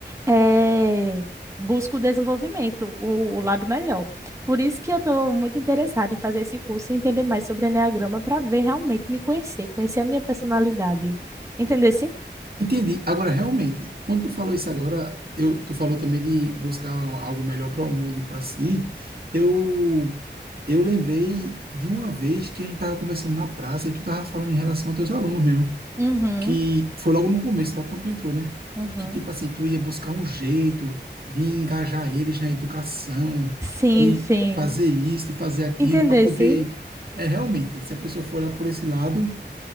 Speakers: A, on the right (about 15°); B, on the right (about 55°).
A: eh, busco o desenvolvimento, o, o lado melhor. Por isso que eu estou muito interessada em fazer esse curso e entender mais sobre Enneagrama para ver realmente me conhecer, conhecer a minha personalidade. Entendesse?
B: Entendi. Agora, realmente, quando tu falou isso agora, eu, tu falou também de buscar algo melhor para o mundo e para si. Eu, eu lembrei de uma vez que a gente estava conversando na praça e tu estava falando em relação aos teus alunos mesmo.
A: Uhum,
B: que foi logo no começo, logo quando tu entrou, né?
A: uhum.
B: Que tipo assim, tu ia buscar um jeito de engajar eles na educação,
A: Sim,
B: de
A: sim.
B: fazer isso, de fazer aquilo,
A: Entendesse?
B: para poder. É realmente, se a pessoa for olhar por esse lado,